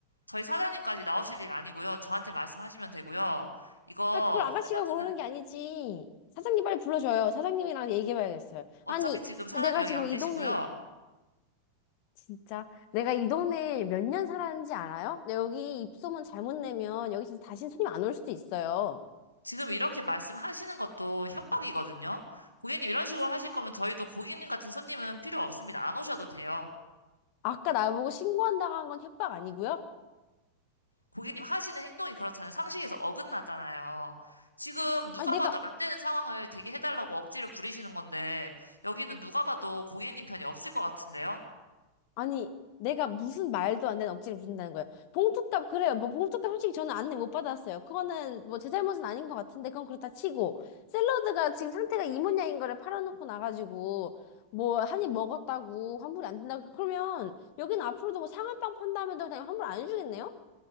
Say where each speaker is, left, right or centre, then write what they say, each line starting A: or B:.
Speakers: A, on the left; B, on the left.
A: 저희 사장님까지 나오실 일 아니고요. 저한테 말씀하시면 되고요. 이거
B: 아 그걸 아가씨가
A: 샐러드는
B: 고르는 게 아니지. 사장님 빨리 불러줘요. 사장님이랑 얘기해봐야겠어요.
A: 어차피
B: 아니
A: 지금 사장님
B: 내가
A: 여기
B: 지금
A: 안
B: 이
A: 계시고요.
B: 동네 진짜 내가 이 동네에 몇 년 살았는지 알아요? 내 여기 입소문 잘못 내면 여기 진짜 다신 손님 안 올 수도 있어요.
A: 지금 이렇게 말씀하시는 것도 협박이거든요. 고객님 이런 식으로 하실 거면 저희도 고객님 같은 손님은 필요 없습니다. 안 오셔도 돼요.
B: 아까 나보고 신고한다고 한 건 협박 아니고요?
A: 고객님 하시는 행동이 그렇잖아요. 상식에서 어긋나잖아요. 지금 누가
B: 아니 내가
A: 봐도 안 되는 상황을 되게 해달라고 억지를 부리시는 건데, 여기는 누가 봐도 고객님 편이 없을 것 같은데요?
B: 아니 내가 무슨 말도 안 되는 억지를 부린다는 거예요. 봉투값 그래요. 뭐 봉투값 솔직히 저는 안내 못 받았어요. 그거는 뭐 제 잘못은 아닌 것 같은데 그건 그렇다 치고 샐러드가 지금 상태가 이 모양인 거를 팔아놓고 나가지고 뭐 한입 먹었다고 환불이 안 된다 그러면 여기는 앞으로도 뭐 상한빵 판다면 그냥 환불 안 해주겠네요?